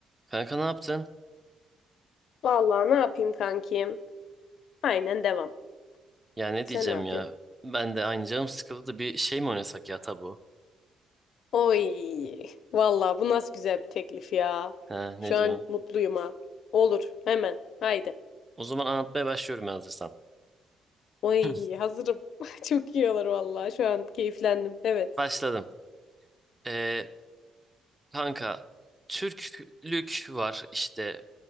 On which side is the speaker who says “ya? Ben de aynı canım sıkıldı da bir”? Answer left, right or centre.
Right